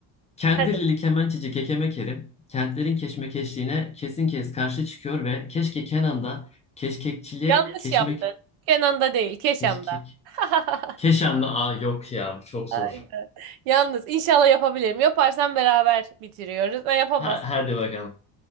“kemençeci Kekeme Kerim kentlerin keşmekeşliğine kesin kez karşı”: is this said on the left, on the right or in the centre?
Left